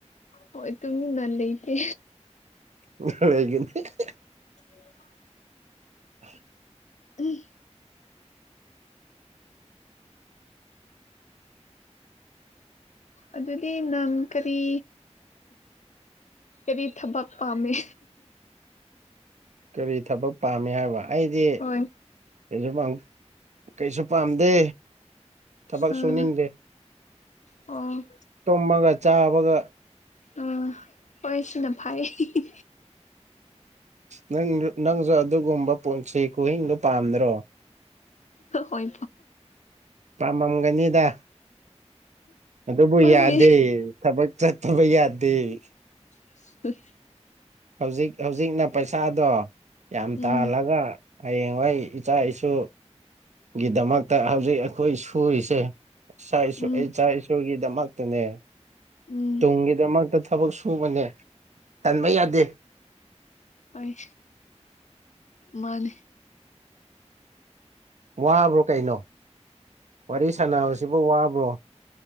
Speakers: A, on the left (about 85°); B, on the right (about 75°).
A: ꯑꯣ ꯇꯃꯤ ꯅ ꯂꯩ ꯂꯩꯇ
B: <unintelligible>
A: <inaudible>
B: <inaudible>
A: ꯎ <unintelligible> ꯑꯗꯨꯗꯤ ꯅꯪ ꯀꯔꯤ ꯀꯔꯤ ꯊꯕꯛ ꯄꯥꯝꯃꯦ
B: ꯀꯔꯤ ꯊꯕꯛ ꯄꯥꯝꯃꯤ ꯍꯥꯏꯕ ꯑꯩꯗꯤ
A: ꯍꯣꯏ
B: ꯀꯩꯁꯨ ꯀꯩꯁꯨ ꯄꯥꯝꯗꯦ ꯊꯕꯛ
A: ꯑꯥ
B: ꯁꯨꯅꯤꯡꯗꯦ
A: ꯑꯣ
B: ꯇꯨꯝꯃꯒ ꯆꯥꯕꯒ
A: ꯑꯥ ꯍꯣꯏ ꯁꯤꯅ ꯐꯩꯌꯦ
B: ꯅꯪ ꯅꯪꯁꯨ ꯑꯗꯨꯒꯨꯝꯕ ꯄꯨꯟꯁꯤ ꯀꯨꯍꯤꯡꯗꯨ ꯄꯥꯝꯗ꯭ꯔꯣ
A: ꯍꯣꯏ
B: ꯄꯥꯝꯃꯝꯒꯅꯤꯗ ꯑꯗꯨꯕꯨ
A: ꯄꯥꯝꯃꯦ
B: ꯌꯥꯗꯦ ꯊꯕꯛ ꯆꯠꯇꯕ ꯌꯥꯗꯦ ꯫
A: ꯁ <unintelligible>
B: ꯍꯧꯖꯤꯛ ꯍꯧꯖꯤꯛꯅ ꯄꯩꯁꯥꯗꯣ ꯌꯥꯝ
A: ꯎꯝ
B: ꯇꯥꯍꯜꯂꯒ ꯍꯌꯦꯡ ꯃꯣꯏ ꯏꯆꯥ ꯏꯁꯨ ꯒꯤꯗꯃꯛꯇ ꯍꯧꯖꯤꯛ ꯑꯩꯈꯣꯏ ꯁꯨꯔꯤꯁꯦ ꯏꯆꯥ ꯏꯁꯨ
A: ꯎꯝ
B: ꯏꯆꯥ ꯏꯁꯨꯒꯤꯗꯃꯛꯇꯅꯦ
A: ꯎꯝ
B: ꯇꯨꯡꯒꯤꯗꯃꯛꯇ ꯊꯕꯛ ꯁꯨꯕꯅꯦ ꯇꯟꯕ ꯌꯥꯗꯦ꯫
A: ꯑꯣꯏ ꯃꯥꯅꯦ
B: ꯋꯥꯕ꯭ꯔꯣ ꯀꯩꯅꯣ ꯋꯥꯔꯤ ꯁꯥꯟꯅꯕꯁꯤꯕꯨ ꯋꯥꯕ꯭ꯔꯣ꯫